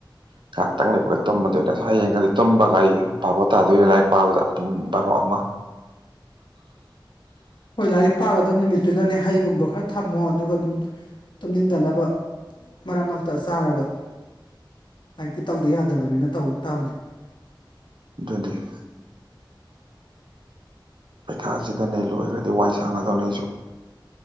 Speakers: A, on the right; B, on the left.
A: ꯉꯥꯏꯍꯥꯛꯇꯪ ꯂꯩꯕꯒ ꯇꯨꯝꯃꯗꯣꯏꯅꯦ ꯍꯌꯦꯡꯒꯗꯤ ꯇꯨꯝꯕꯒꯥꯏꯌ‌ꯦ ꯕꯥꯔꯣ ꯇꯥꯗꯣꯏꯅꯦ ꯂꯥꯏꯔꯤꯛ ꯄꯥꯕꯗ ꯄꯨꯡ ꯕꯥꯔꯣ ꯑꯃ <inaudible>
B: ꯍꯣꯏ ꯂꯥꯏꯔꯤꯛ ꯄꯥꯒꯗꯕ ꯅꯨꯃꯤꯠꯇꯨꯅꯅꯦ ꯍꯩꯒꯨꯝꯕ ꯈꯔ ꯊꯝꯃꯣ ꯑꯗꯨꯒ ꯑꯗꯨꯝ ꯇꯨꯝꯅꯤꯡꯟꯗꯅꯕ ꯃꯔꯛ ꯃꯔꯛ ꯇ ꯑꯁ ꯆꯥꯔꯒ ꯂꯥꯏꯛꯇꯤ ꯇꯧꯗ ꯌꯥꯗꯕꯅꯤꯅ ꯇꯧꯕ ꯇꯥꯕꯅꯤ
A: ꯭ꯋꯦꯟꯇꯤ <unintelligible> ꯄꯩꯈꯥꯁꯤꯗꯅꯦ ꯂꯣꯏꯈ꯭ꯔꯗꯤ ꯋꯥꯏ ꯁꯥꯡꯒꯗꯧꯅꯦ ꯑꯩꯁꯨ